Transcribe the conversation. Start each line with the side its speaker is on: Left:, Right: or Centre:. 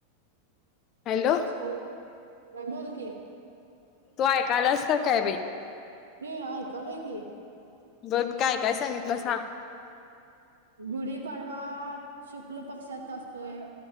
Left: हॅलो
Right: बसलोय तू बोल की
Left: तू ऐकायलास तर काय बाई
Right: हे ऐकालोय की
Left: बरं मी काय काय सांगितलं सांग
Right: गुढीपाडवा शुक्ल पक्षात असतोय